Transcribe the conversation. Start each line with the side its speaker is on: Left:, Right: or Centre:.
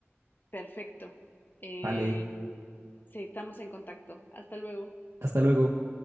Left: Perfecto. Eh,
Right: Vale,
Left: sí, estamos en contacto. Hasta luego.
Right: hasta luego.